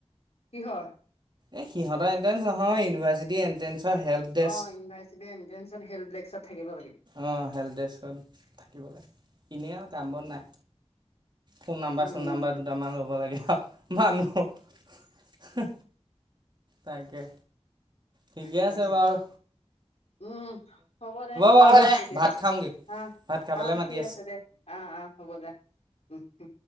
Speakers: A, on the left; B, on the right.
A: কিহৰ?
B: এ সিহঁতৰ এণ্ট্ৰেঞ্চ নহয় ইউনিভাৰ্ছিটি এণ্ট্ৰেন্ঞ্চৰ হেল্প ডেস্ক
A: অ ইনভাৰ্চিটি এণ্ট্ৰেঞ্চত হেপ্ললেকছত থাকিব লাগে।
B: অ হেল্থ ডেস্কত থাকিব লাগে। এনেই আও কাম বন নাই। ফোন নাম্বাৰ
A: উম
B: চোন নাম্বাৰ দুটামান ল'ব লাগে আও মানুহ। তাকে ঠিকে
A: তাকেহে
B: আছে বাৰ।
A: উম, হ'ব দে
B: বাৰু দে
A: এতিয়া
B: ভাত খাওঁগৈ
A: আহ।
B: ভাত খাবলৈ
A: আহ
B: মাতি
A: ঠিক আছে দে আহ আহ হ'ব দো উ, উ।